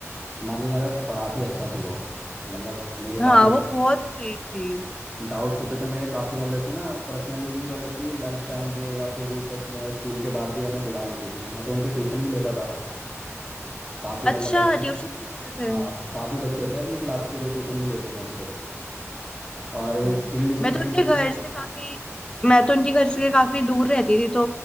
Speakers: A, in the centre; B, on the left.
A: मगर मगर पढ़ाती अच्छा थी वो मतलब मेरी काफ़ी
B: हाँ वो बहुत स्वीट थी
A: डाउट्स होते थे मेरे काफ़ी मतलब कि ना पर्सनली भी मतलब कि लंच टाइम में या फिर रिसेस में या स्कूल के बाद भी हमें बुला लेती थी मैं तो उनसे ट्यूशन भी लेता था काफ़ी मतलब
B: अच्छा
A: बच्चे
B: ट्यूशन भी लेते थे
A: हाँ काफ़ी बच्चे थे अपनी क्लास के जो ट्यूशन भी लेते थे उनसे और इस
B: हम्म।
A: इंग्लिश सीखने
B: मैं तो उनके
A: के लिए
B: घर से काफी मैं तो उनके घर से काफी दूर रहती थी तो